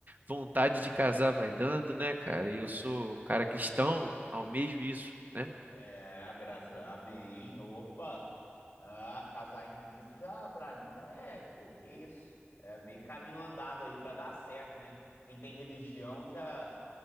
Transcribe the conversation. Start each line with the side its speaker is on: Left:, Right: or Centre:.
Right: vontade de casar vai dando, né, cara? E eu sou um cara cristão, almejo isso, né?
Left: É, graças, amém. Opa, ah, casar em Cristo já, pra mim já é, pô, que isso? É meio caminho andado aí pra dar certo, né? Quem tem religião já,